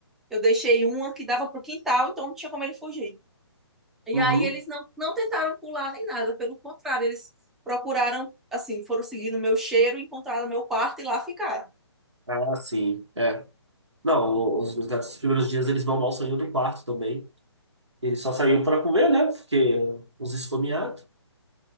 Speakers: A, in the centre; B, on the right.
A: eu deixei uma que dava para quintal, então não tinha como ele fugir. E
B: uhum.
A: aí eles não, não tentaram pular nem nada, pelo contrário, eles procuraram, assim, foram seguindo meu cheiro, encontraram meu quarto e lá ficaram.
B: Ah, sim. É. Não, o- os meus gatos, nos primeiros dias, eles mal mal saíam do quarto também. Eles só saíam para comer, né? Porque os esfomeados.